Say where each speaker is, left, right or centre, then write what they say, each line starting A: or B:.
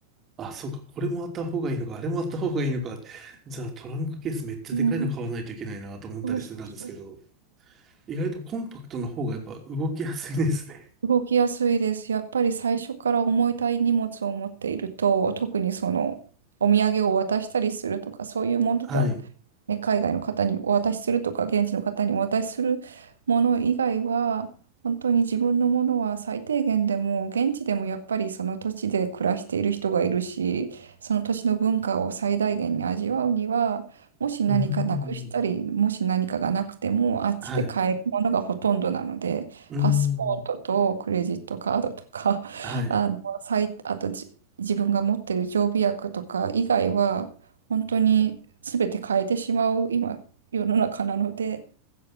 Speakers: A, on the right; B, on the right.
A: あ、そうか、これもあった方がいいのか、あれもあった方がいいのか、じゃあ、トランクケースめっちゃでかいの買わないといけないなと思ったりしてたんですけど、
B: うん。そうそうそう。
A: 意外とコンパクトな方がやっぱ動きやすいですね。
B: 動きやすいです。やっぱり最初から重たい荷物を持っていると、特にその、お土産を渡したりするとか、そういうものとは
A: はい。
B: ね、海外の方にお渡しするとか、現地の方にお渡しするもの以外は、本当に自分のものは最低限でも、現地でもやっぱりその土地で暮らしている人がいるし、その土地の文化を最大限に味わうには、もし何かなくしたり、
A: うーん。
B: もし何かがなくても、あっちで買えるものがほとんどなので、
A: はい。うーん。
B: パスポートとクレジットカードとか、
A: はい。
B: <laughs> あの、最あとじ自分が持ってる常備薬とか以外は、本当に全て変えてしまう今世の中なので、